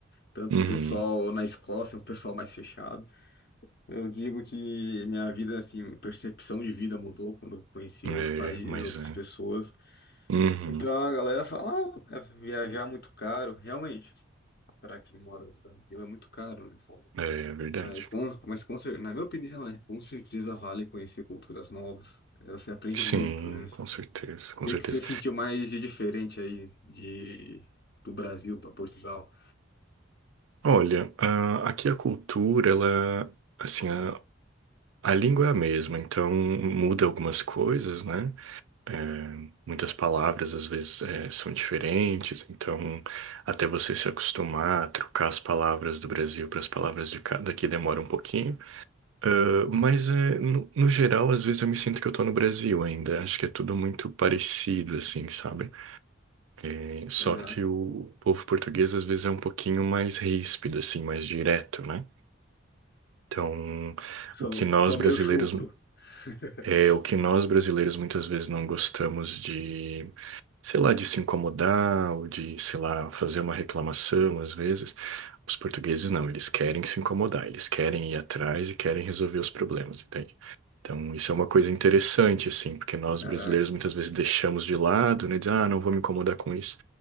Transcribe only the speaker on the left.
Tanto
o pessoal na Escócia, um pessoal mais fechado. Eu digo que minha vida, assim, percepção de vida mudou quando eu conheci
outro país,
outras
pessoas.
Então a galera fala, ah, é viajar é muito caro, realmente, para quem mora no Brasil é muito caro, né?
Mas, com, mas com, cer- na minha opinião, né, com certeza vale conhecer culturas novas, Eh, você aprende
muito, né? O
que
que você sentiu mais de diferente aí de, do Brasil para Portugal?
Aham.
São,
são meio
chucro. <laughs>
Caraca.